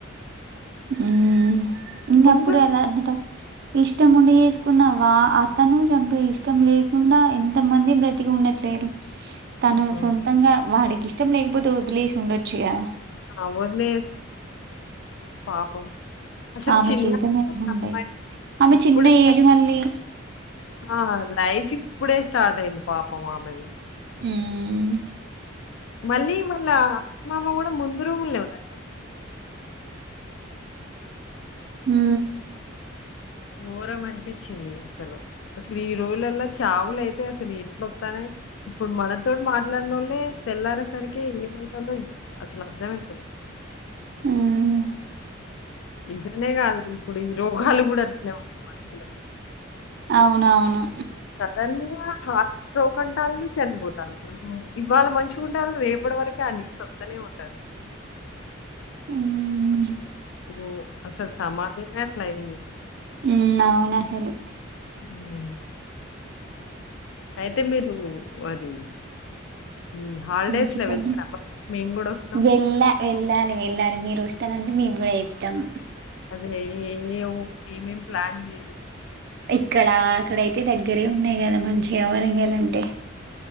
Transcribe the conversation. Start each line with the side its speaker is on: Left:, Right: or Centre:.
Right: ఊ ఉన్నప్పుడే
Left: ముందు
Right: అలాంటి త ఇష్టం ఉండి చేసుకున్నా వా అతను చంపి ఇష్టం లేకుండా ఎంత మంది బ్రతికి ఉండట్లేరు తను
Left: హ్మ్.
Right: సొంతంగా వాడికి ఇష్టం లేకపోతే వదిలేసి ఉండొచ్చుగా
Left: అవనే పాపం అసలు
Right: ఆమె
Left: చిన్న
Right: జీవితం ఏ ఉండ
Left: అమ్మాయి
Right: ఆమె
Left: ఇప్పుడే
Right: చిన్న ఏజ్ మళ్ళీ
Left: ఆ లైఫ్ ఇప్పుడే స్టార్ట్ అయింది పాపము ఆమెది
Right: ఊమ్
Left: మళ్ళీ మల్ల అమమ్మ కూడ్ ముందు రూములె ఉన్నర
Right: ఊ
Left: ఘోరం అనిపించింది అసలు అసలు ఈ రోజులలా చావులయితే అసలు ఎట్లొతనఇ ఇప్పుడు మనతో మాట్లాడిన నోళ్లే తెల్లారే సరికి ఏమై అసలు అర్థమయితలేదు
Right: ఉమ్
Left: ఇంటనే కాదు ఇప్పుడు ఈ రోగాలు కూడా అట్ నే ఉన్నాయి మనుషులకు
Right: అవునవును
Left: సదన్ గా హార్ట్ స్ట్రోక్ అంటారు చనిపోతాం మనం ఇవాళ మంచిగా ఉండాల రేపటి వరకే ఆ సొద్దనే ఉంటదు
Right: ఉమ్
Left: ఊ అసలు సమాజమే అట్ల అయింది
Right: ఉమ్ అవును అసలు
Left: మ్ అయితే మీరూ అది ఈ హాలిడేస్‌లో
Right: ఊ చెప్పండి
Left: వెళ్తారా? మరి మేము గూడా వస్తాం.
Right: వెళ్ళ వెళ్ళాలి వెళ్ళాలి మీరు ఓస్తారంటే మేము కూడా చెప్తాము
Left: అదే ఏ ఏఓ ఏం ఏం ప్లాన్ చేయి
Right: ఇక్కడ అక్కడయితే దగ్గరే ఉన్నాయి కదా మంచ్ ఎవరంగేలంటే